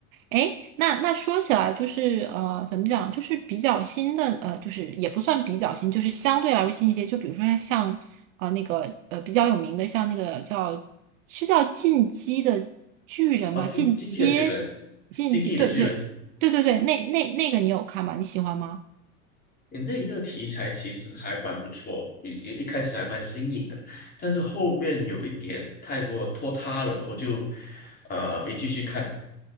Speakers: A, on the right; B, on the left.
A: 哎，那那说起来就是呃，怎么讲，就是比较新的呃，就是也不算比较新，就是相对来说新一些，就比如说像啊、呃那个呃比较有名的，像那个叫是叫进击的巨人吗？
B: 哦，进进击的巨人，
A: 进阶进击，
B: 进击的巨人
A: 对对对对对，那那那个你有看吗？你喜欢吗？
B: 你那一个题材其实还蛮不错，一一一开始还蛮新颖的，但是后面有一点太过拖沓了，我就呃没继续看。